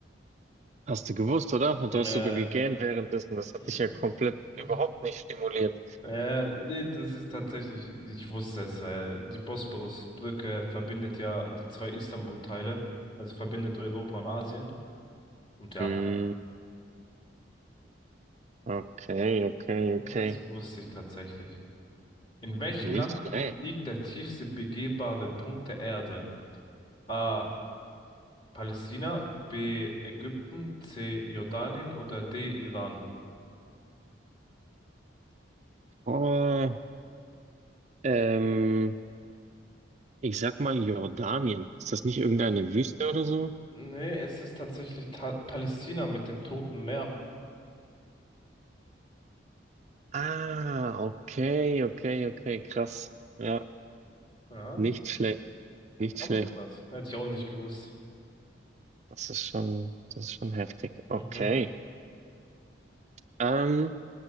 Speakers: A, on the right (about 35°); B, on the left (about 25°).
A: Hast du gewusst, oder? Und
B: Äh,
A: du hast sogar gegähnt währenddessen. Das hat
B: <laughs>
A: dich ja komplett überhaupt nicht stimuliert.
B: Äh, nee, das ist tatsächlich, ich wusste es, weil die Bosporus-Brücke verbindet ja die zwei Istanbul-Teile, also verbindet Europa und Asien. Und ja,
A: Hm, okay, okay,
B: und
A: okay.
B: das wusste ich tatsächlich. In welchem
A: Nicht
B: Land
A: schlecht.
B: liegt der tiefste begehbare Punkt der Erde? A. Palästina, B. Ägypten, C. Jordanien oder D. Iran?
A: Oh, ähm, ich sag mal Jordanien. Ist das nicht irgendeine Wüste oder so?
B: Nee, es ist tatsächlich ta Palästina mit dem Toten Meer.
A: Ah, okay, okay, okay, krass. Ja,
B: Ja,
A: nicht schlecht, nicht
B: aber
A: schlecht.
B: krass. Hätte ich auch nicht gewusst.
A: Das ist schon, das ist schon heftig. Okay.
B: Mhm.
A: Ähm,